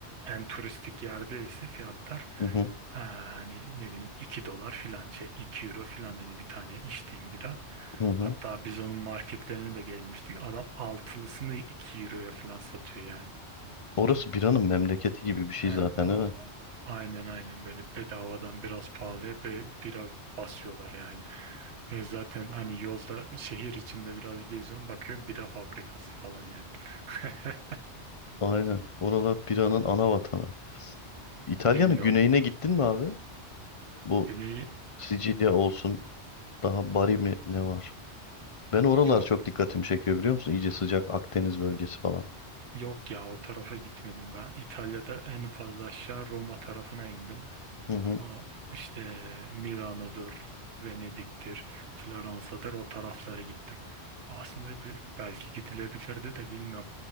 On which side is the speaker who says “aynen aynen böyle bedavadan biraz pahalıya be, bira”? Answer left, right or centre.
Right